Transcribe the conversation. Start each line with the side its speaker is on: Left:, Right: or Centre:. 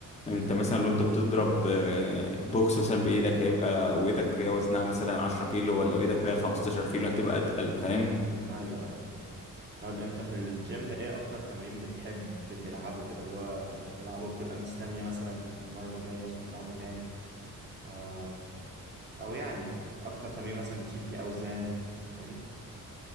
Left: انت مثلا لو انت بتضرب آه، بوكس مثلا بايدك هيبقى وايدك هي وزنها مثلا 10 كيلو ولا ايدك هي 15 كيلو هتبقى اتقل فاهم
Right: ايوه ايوه طيب انت في الجيم ايه اكتر تمرين بتحب تلعبه كده اللي هو وانت بتلعبه بتبقى مستني مثلا المرة الجاية عشان تلعبه تاني آه او يعني اكتر تمرين مثلا بتشيل فيه اوزان فاهمني